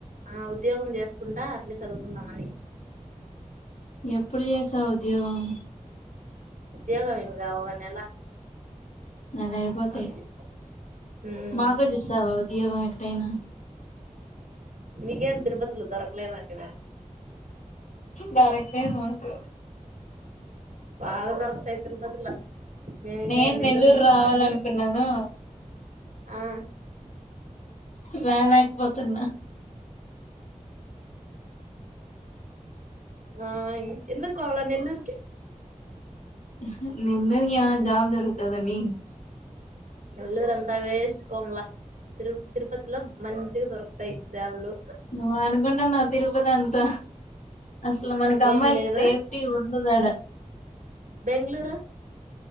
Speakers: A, on the right (about 80°); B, on the left (about 70°).
A: అవుద్ ఉద్యోగం చేసుకుంటా ఇట్లే చదువుకుందామని
B: ఎప్పుడు చేసావ్ ఉద్యోగం
A: ఉద్యోగం ఇంగా ఒక నెల
B: నెల అయిపోతాయ్
A: అట్ల ఉమ్
B: మాకు చేస్తావా ఉ ఉద్యోగం ఎక్కడైనా
A: మీకేం తిరుపతిలో దొరకలే అంటివా
B: దొరికింది మాకు
A: బాగా దొరకుతాయ్ తిరుపతిలో మేము ఇ
B: నేను
A: నెల్లూరులో
B: నెల్లూరు
A: ఉన్నాం
B: రావాలనుకున్నాను
A: కాబట్టి ఆ
B: రాలకపోత్ తన
A: ఆ ఇంగ్ ఎందుకు కోలా నెల్లూరుకి
B: ఆహా నెమ్మదిగా యావన్న జాబ్ దొరుకుతదని
A: ఒల్లూరు అంతా వేస్ట్ కోమలా తిరు తిరుపతిలో మంచిగా దొరుకుతాయ్ ద్యావుల్లు
B: నువ్ అనుకుంటున్నావ్ తిరుపతి అంత అసలు మనకు అమ్మాయిలక్
A: ఏం లేదా
B: సేఫ్టీ ఉండదడా
A: బెంగళూరు